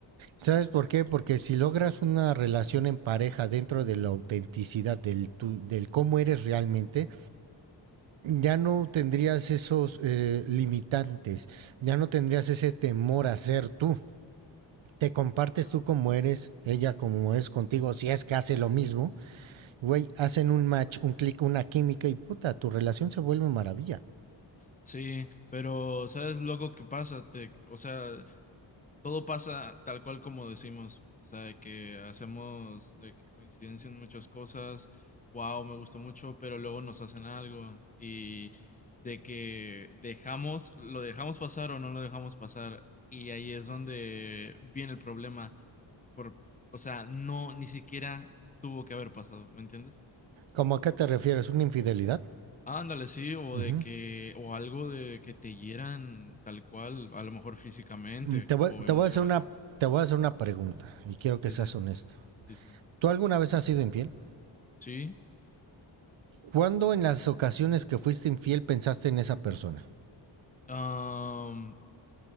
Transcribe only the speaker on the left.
Sí, pero ¿sabes lo que pasa? Te, o sea, Todo pasa tal cual como decimos, o sea, de que hacemos, de que coincidencian muchas cosas, wow, me gusta mucho, pero luego nos hacen algo y de que dejamos, lo dejamos pasar o no lo dejamos pasar y ahí es donde viene el problema, por, o sea, no, ni siquiera tuvo que haber pasado, ¿me entiendes?
Ándale, sí, o
de que, o algo de que te hieran tal cual, a lo mejor físicamente
o
emocionalmente.
Sí,
sí,
sí, sí.
Sí,
am,